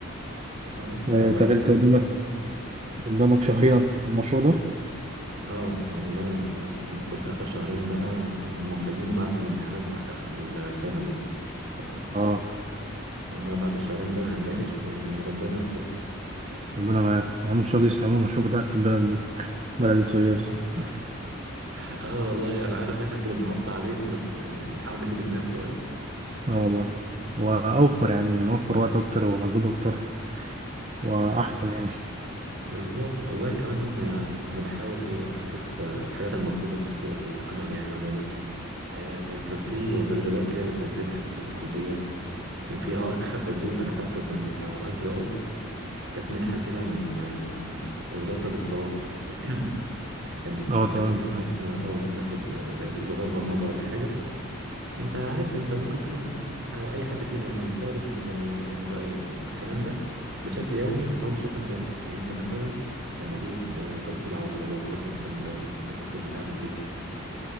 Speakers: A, on the right (about 55°); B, on the right (about 30°).
A: اه
B: آه
A: هو
B: طب
A: اي
B: انت
A: حد
B: قدامك قدامك شهرين
A: يقول
B: على المشروع ده
A: اه يعني هانت خلاص المفروض اخر شهرين بقى هم مخلينه بعد الامتحانات بتاعت اخر السنه دي ف...
B: اه
A: فهم بعد الشهرين دول هنناقش ويعني ربنا يستر
B: ربنا معاك يا عم ان شاء الله يستعملوا المشروع بتاعك في البلد دي <laughs> بلد السويس
A: اه <laughs> اه والله انا عارف احنا كده بنقطع عليهم بس يعني بنحاول نفيد الناس شويه
B: اه والله واوفر يعني نوفر وقت اكتر ومجهود اكتر واحسن يعني
A: بالظبط والله كمان ان انا بحاول ايه اشوف آه، الحاجات المطلوبه في السوق العمل يعني عموما آه كان في تدريبات كده بتنزلها الكليه كان في آه اخر تدريب انا فاكره كان بتاع اي تي اي كانت منحه كده من آه وزاره الاتصالات <clears throat> كانت
B: <laughs> اه
A: مخليه
B: تمام
A: ان
B: عارف.
A: احنا اه بناخد آه، زي لغات برمجه ولا حاجه انت عارف انت ممكن تكون او اي حد فينا يعني بيستخدم ال ال الكلام ده بشكل يومي بس هو مش واخد باله يعني انت مثلا لما تيجي ت- تدخل على طلبات قول لي مثلا ب- بتدخل بتعمل ايه